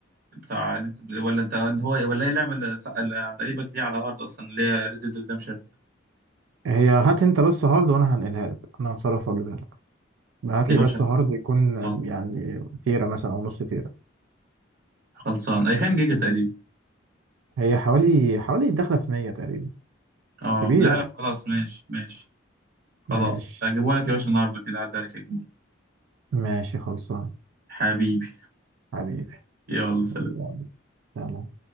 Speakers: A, on the right (about 55°); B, on the right (about 80°).
A: بتاع ولا انت هو ولا ايه اللعبه اللي اللي عند قريبك دي على هارد اصلا اللي هي ريد ديد ريدمشن
B: هي هات انت بس هارد وانا هنقلها لك انا هتصرف اجيبها بعت
A: يا
B: لي
A: باشا
B: بس هارد يكون
A: خلصان
B: آم، يعني تيرا مثلا او نص تيرا
A: خلصان اي كام جيجا تقريبا
B: هي حوالي حوالي داخله في 100 تقريبا
A: اه
B: كبيره
A: لا لا خلاص ماشي ماشي خلاص
B: ماشي
A: هجيبه لك يا باشا النهارده كده عدى عليك هجيبه
B: ماشي خلصان
A: حبيبي
B: حبيبي
A: يلا سلام
B: يلا، سلام.